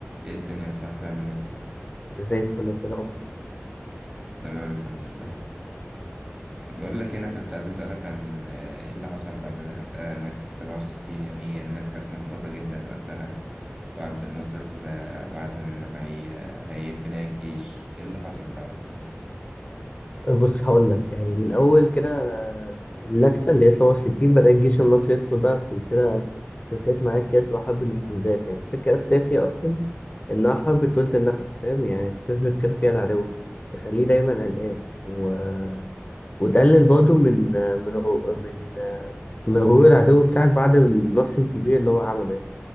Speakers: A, on the right; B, on the left.
A: ايه الدنيا يا صاحبي عامل ايه؟
B: زي الفل انت الاخبار
A: تمام الحمد لله بقول لك إيه، انا كنت عايز اسألك عن آه، ايه اللي حصل بعد آه، نكسة 67 يعني هي الناس كانت محبطة جدا وقتها وعبد الناصر آه، وعدهم انه هي آه، هيعيد بناء الجيش ايه اللي حصل بقى وقتها؟
B: بص هقول لك يعني من اول كده آه، النكسه اللي هي 67 بدا الجيش المصري يدخل بقى في سلسله سلسله معاك كاس وحرب الاستنزاف يعني الفكره الاساسيه فيها اصلا انها حرب طولة النفس فاهم يعني تهلك كده فيها العدو تخليه دايما قلقان و... وتقلل برضه من آه، من غو... من آه، من غرور العدو بتاعك بعد النص الكبير اللي هو عمله يعني